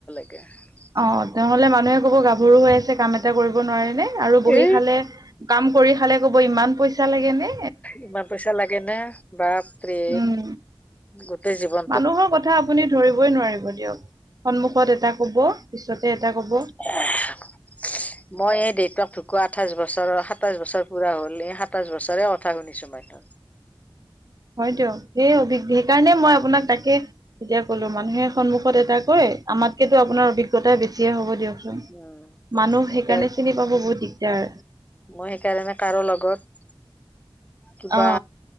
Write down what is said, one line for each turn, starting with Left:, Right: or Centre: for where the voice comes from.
Left: <unintelligible>
Right: অঁ নহ'লে মানুহে কব গাভৰু হৈ আছে কাম এটা কৰিব নোৱাৰে নে আৰু বহি
Left: এ
Right: খালে- কাম কৰি খালে ক'ব, ইমান পইচা লাগেনে?
Left: ইমান পইচা লাগে নে বাপৰে!
Right: উম,
Left: গোটেই জীৱন-
Right: মানুহৰ কথা আপুনি ধৰিবই নোৱাৰিব দিয়ক সন্মুখত এটা কব পিছতে এটা কব।
Left: <unintelligible>
Right: <inaudible>
Left: মই এই দেউতাক ঢকুৱা আঠাইছ বছৰৰ, সাতাইছ বছৰ পুৰা হ'ল এই। সাতাইছ বছৰে কথা শুনিছো মানুহ- <inaudible>
Right: হয় দিয়ক সেই অভি সেইকাৰণে মই আপোনাক তাকে তেতিয়া কলো মানুহে সন্মুখত এটা কয় আমাতকেতো আপোনাৰ অভিজ্ঞতা বেছিয়ে হ'ব দিয়ক
Left: উম
Right: মানুহ সেইকাৰণে
Left: এতিয়া
Right: চিনি পাব বহুত দিগদাৰ
Left: মই সেইকাৰণে কাৰো লগত কিবা
Right: অ